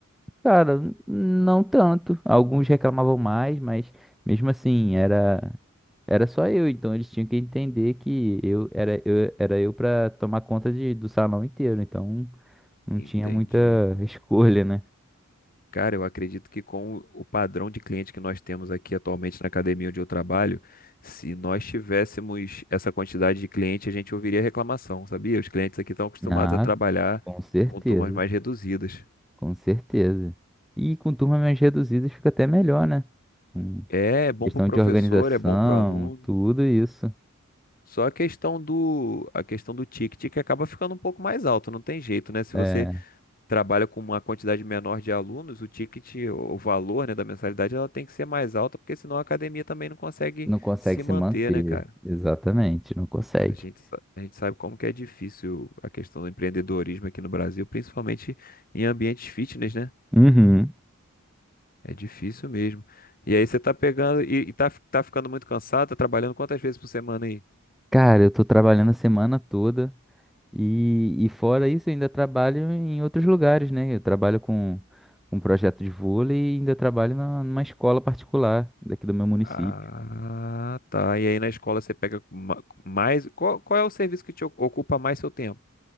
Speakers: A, in the centre; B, on the left (about 40°).
A: Cara, não tanto. Alguns reclamavam mais, mas mesmo assim, era era só eu, então eles tinham que entender que eu era eu era eu para tomar conta de, do salão inteiro, então não
B: Entendi.
A: tinha muita <laughs> escolha, né?
B: Cara, eu acredito que com o o padrão de cliente que nós temos aqui atualmente na academia onde eu trabalho, se nós tivéssemos essa quantidade de cliente, a gente ouviria reclamação, sabia? Os clientes aqui estão acostumados
A: Ah,
B: a trabalhar
A: com certeza,
B: com turmas mais reduzidas.
A: com certeza. E com turmas mais reduzidas fica até melhor, né? Com
B: É, é bom
A: questão
B: para o professor,
A: de organização,
B: é bom para o aluno.
A: tudo isso.
B: Só a questão do, a questão do ticket que acaba ficando um pouco mais alto, não tem jeito, né? Se você
A: É,
B: trabalha com uma quantidade menor de alunos, o ticket, o valor, né, da mensalidade, ela tem que ser mais alta, porque senão a academia também não consegue
A: não consegue
B: se
A: se
B: manter,
A: manter,
B: né, cara?
A: exatamente, não consegue.
B: A gente, sa- a gente sabe como que é difícil a questão do empreendedorismo aqui no Brasil, principalmente em ambientes fitness, né?
A: Uhum.
B: É difícil mesmo. E aí você tá pegando e, e tá, fi- tá ficando muito cansado, tá trabalhando quantas vezes por semana aí?
A: Cara, eu tô trabalhando a semana toda e, e fora isso, eu ainda trabalho em outros lugares, né? Eu trabalho com um projeto de vôlei e ainda trabalho na- numa escola particular daqui do meu município.
B: Ah, tá. E aí na escola você pega ma- mais. Qual, qual é o serviço que te o- ocupa mais seu tempo?